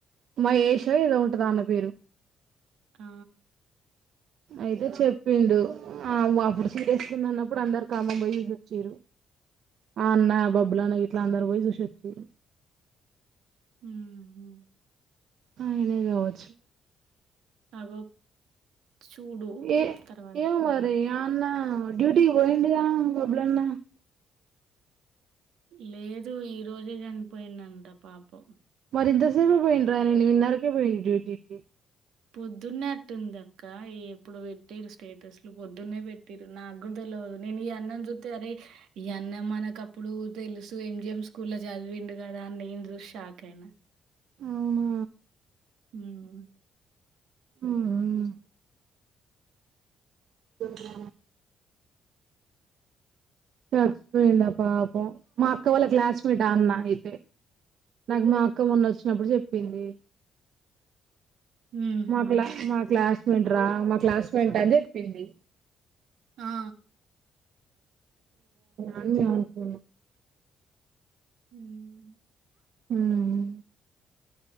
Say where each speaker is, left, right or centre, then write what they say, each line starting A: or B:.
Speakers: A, on the right; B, on the right.
A: మహేశ్వర ఏదో ఉంటదీ ఆ అన్న పేరు
B: ఆ
A: అయితే చెప్పిండు ఆ అప్పుడు సీరేసుకుంద అన్నప్పుడు అందరికి కాలముప్ వచ్చిండ్రు అ అన్నా బబ్లు అన్న ఎట్లా అందరూ పోయి చూసి వచిర్రు
B: ఉమ్
A: అయినే కావచ్చు
B: అగో చూడు
A: ఏ
B: తర్వాత
A: ఏమరి ఆ అన్నా డ్యూటీకి పోయిండుగా బబ్లు అన్న
B: లేదు ఈ రోజే చనిపోయిండంట పాపం
A: మరి ఇంతసేపు పోఇన్ డ్రానే మిన్ నారాకే పోయిండ్ డూటీకి
B: పొద్దున్నే అట్టుందక్క ఏ ఎప్పుడో వేట్టిరు స్టేటస్ లు పొద్దున్నే బెట్టిరు నాక్ గున్ దేల్ లోద్ నేనీ ఈ అన్నం జూతే అరే ఈ అన్నాం మనకప్ ఇప్పుడు తెల్సు ఎంజిఎం స్కూల్ ల జద్ విండు గదా నేన్ జూస్ షాక్ ఐనా
A: అవునా
B: ఉమ్
A: ఉహుమ్ దో డ్ల ట్రాచ్ పోయింద పాపం మా అక్క వాళ్ళ క్లాస్మేట్ ఆ అన్న ఐతే నాకు మా అక్క మొన్నోచ్చినప్పుడు జేప్పింది
B: ఉహు
A: మా కిల మా క్లాస్ మెంట్రా మా క్లాస్ మెంట్ అన్ జేప్పింది
B: ఆ
A: అన్ యాన్ కు
B: ఉమ్
A: ఉమ్